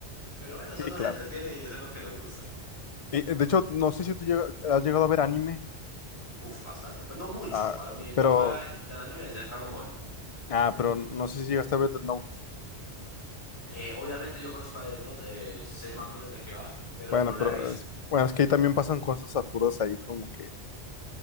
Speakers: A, on the left (about 70°); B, on the left (about 50°).
A: Pero bueno, eso
B: Sí,
A: nos
B: claro.
A: entretiene y eso es lo que nos gusta.
B: Y, eh, de hecho, no sé si tú llega- has llegado a ver anime,
A: Uf, bastante, pues no mucho,
B: ah,
A: para mí el
B: pero,
A: papá del anime es el Dragon Ball.
B: ah, pero no sé si llegaste a ver Death Note.
A: Eh, obviamente yo conozco a Death Note, eh, sé más
B: Ah,
A: o menos de qué va, pero
B: bueno,
A: no la
B: pero
A: he visto.
B: es, bueno, es que ahí también pasan cosas absurdas ahí, como que